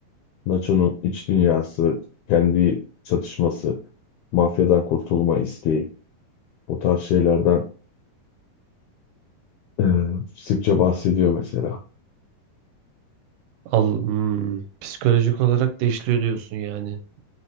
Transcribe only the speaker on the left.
Nacho'nun iç dünyası, kendi çatışması, mafyadan kurtulma isteği bu tarz şeylerden e, sıkça bahsediyor mesela.